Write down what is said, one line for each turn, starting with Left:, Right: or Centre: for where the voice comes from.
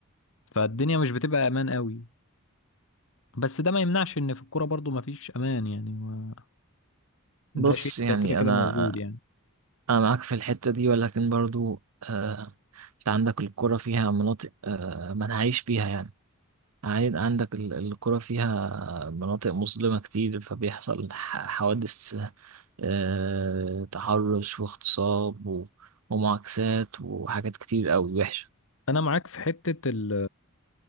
Left: فالدنيا مش بتبقى امان قوي بس ده ما يمنعش ان في الكوره برضو ما فيش امان يعني ما- ده
Right: بص
Left: شيء
Right: يعني
Left: ده كده كده
Right: انا
Left: موجود يعني
Right: أنا معاك في الحتة دي ولكن برضو آه، أنت عندك الكرة فيها مناطق آه، ما نعيش فيها يعني عين- عندك ال- الكرة فيها مناطق مظلمة كتير فبيحصل ح- حوادث آه، تحرش واغتصاب و- ومعاكسات وحاجات كتير أوي وحشة
Left: انا معاك في حتة ال